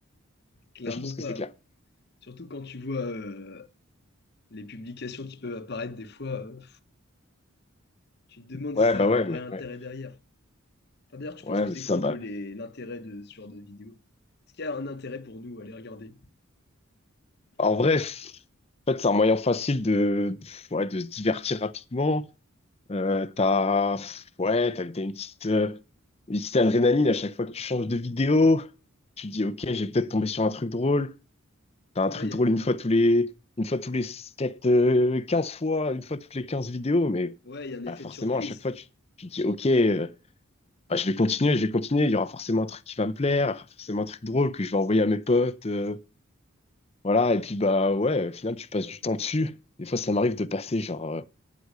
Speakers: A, on the left (about 50°); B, on the left (about 30°).
A: Clairement
B: Ça, je pense que
A: pas.
B: c'est clair.
A: Surtout quand tu vois. euh, les publications qui peuvent apparaître des fois, euh, tu te demandes
B: Ouais,
A: si ça
B: bah ouais,
A: a un vrai
B: mais
A: intérêt
B: ouais,
A: derrière. Enfin, d'ailleurs, tu
B: ouais,
A: penses que
B: mais
A: c'est
B: ça,
A: quoi
B: bah.
A: un peu les- l'intérêt de ce genre de vidéo? Est-ce qu'il y a un intérêt pour nous à les regarder?
B: En vrai, f- en fait, c'est un moyen facile de, ouais, de se divertir rapidement. Euh, t'as, ouais, t'as, t'as une petite, euh, une petite adrénaline à chaque fois que tu changes de vidéo. Tu te dis, OK, j'ai peut-être tombé sur un truc drôle. T'as un truc
A: Ouais, il
B: drôle une fois
A: y
B: tous les, une fois tous les, peut-être, euh, 15 fois, une fois toutes les 15 vidéos. Mais
A: a, ouais, il y a un effet
B: bah, forcément,
A: de surprise.
B: à chaque fois, tu, tu te dis, OK, euh, bah, je vais continuer, je vais continuer. Il y aura forcément un truc qui va me plaire, forcément un truc drôle que je vais envoyer à mes potes. euh, voilà, et puis bah ouais, au final, tu passes du temps dessus. Des fois, ça m'arrive de passer genre, euh,